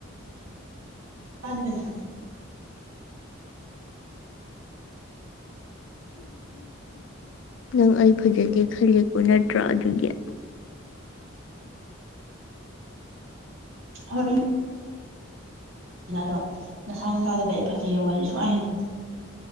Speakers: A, on the right; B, on the left.
A: ꯑꯕꯖ
B: ꯅꯪ ꯑꯩ ꯐꯖꯗꯦ ꯈꯜꯂꯤ ꯅꯠꯇ꯭ꯔꯣ ꯑꯗꯨꯒꯤ
A: ꯍꯧ ꯑꯗꯣ ꯅꯁꯥ ꯅꯁꯥꯗꯗꯤ ꯑꯩ ꯐꯖꯩꯌꯦ ꯋꯥꯔꯤꯁ ꯁꯨꯡꯉꯥꯏꯍꯟꯅꯤꯡꯗꯦ